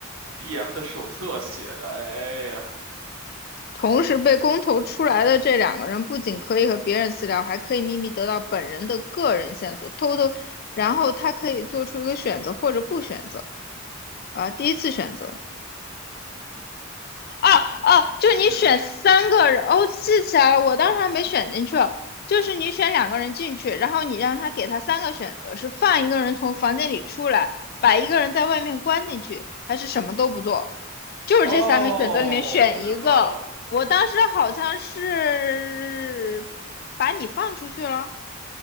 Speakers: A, on the right; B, on the left.
A: DM 的手册写的，哎呀，
B: 同时被公投出来的这两个人，不仅可以和别人私聊，还可以秘密得到本人的个人线索，偷偷，然后他可以做出一个选择或者不选择啊，第一次选择。哦哦，就是你选三个人，
A: 没意思。
B: 哦，记起来了，我当时还没选进去，就是你选两个人进去，然后你让他给他三个选择，是放一个人从房间里出来，把一个人在外面关进去，还是什么都不做，就是这三个选择里面选一个。
A: 哦，我明白了，
B: 我当时好像是把你放出去了，